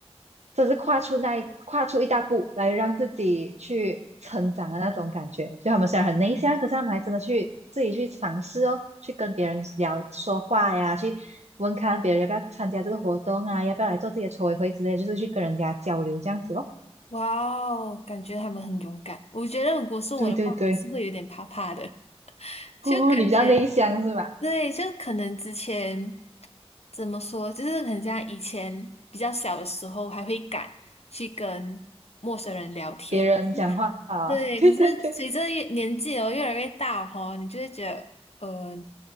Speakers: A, on the right; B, on the left.
A: 这是跨出那一跨出一大步来让自己去成长的那种感觉。就他们虽然很内向，可是他们还真的去自己去尝试哦，去跟别人聊说话呀，去问看别人要不要参加这个活动啊，要不要来做自己的筹委会之类的就是去跟人家交流这样子咯。
B: 哇哦，感觉他们很勇敢。我觉得如果是我的话，
A: 对对对，
B: 我还是会有点怕怕的，
A: 哦，
B: 就感觉
A: 你比较内向是吧？
B: 对，就可能之前怎么说，就是很像以前比较小的时候，还会敢去跟陌生人聊天，
A: 别人讲话啊，
B: 对，
A: 对对
B: 可是随着越年纪哦越来越大哦，你就会觉得，呃，